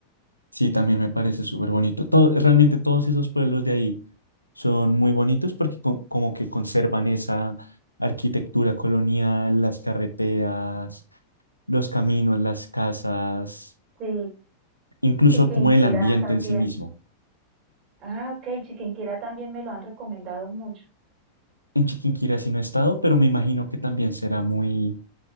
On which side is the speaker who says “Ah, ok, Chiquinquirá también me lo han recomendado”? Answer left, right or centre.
Right